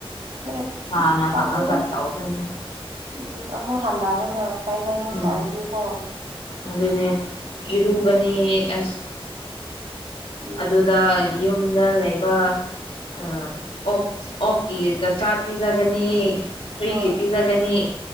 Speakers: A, on the right; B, on the left.
A: ꯍꯣꯏ
B: ꯍꯥꯟꯅ
A: ꯑꯁ ꯇꯜꯂꯦꯗ
B: ꯍꯪꯉꯒ ꯇꯧꯗꯣꯏꯅꯦ
A: ꯎꯝ ꯑꯃꯨꯛ ꯍꯜꯂꯛꯑꯒ ꯀꯩꯏ ꯀꯩꯏꯅꯣ
B: ꯎꯝ
A: ꯇꯧꯅꯤꯀꯣ
B: ꯑꯗꯨꯅꯦ ꯏꯔꯨꯒꯅꯤ ꯑꯁ
A: ꯎꯝ
B: ꯑꯗꯨꯗ ꯌꯨꯝꯗ ꯂꯩꯕ ꯑꯥ ꯑꯣꯛ ꯑꯣꯀꯦ ꯆꯥꯛ ꯄꯤꯖꯒꯅꯤ ꯍꯨꯏꯒꯤ
A: ꯍꯣꯏ
B: ꯄꯤꯖꯒꯅꯤ